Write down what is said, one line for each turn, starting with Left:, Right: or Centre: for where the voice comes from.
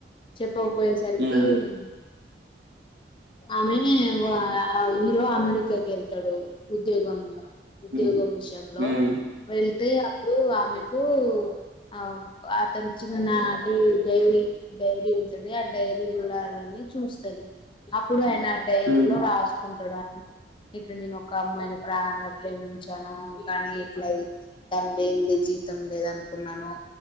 Left: చె పోకపోయేసరికి
Right: హ్మ్.
Left: ఉమ్ ఆమె వ హీరో అమెరికా వెళ్తాడు ఉద్యోగం ఉద్యోగం
Right: హ్మ్.
Left: విషయంలో
Right: హ్మ్.
Left: వె ఉంది అప్పుడు ఆమెకు అవు అతను చిన్న నాటి డైరీ డైరీ ఉంటుంది ఆ డైరీ చూడాలని చూస్తుది అప్పుడు ఆయన ఆ డైరీలో
Right: హ్మ్.
Left: రాసుకుంటాడు ఆ ఇట్లా నేను ఒక అమ్మాయిని ప్రాణంగా ప్రేమించాను కానీ ఇట్లా అయిింది తండ్రి అంది జ జీతం లేద అనుకున్నాను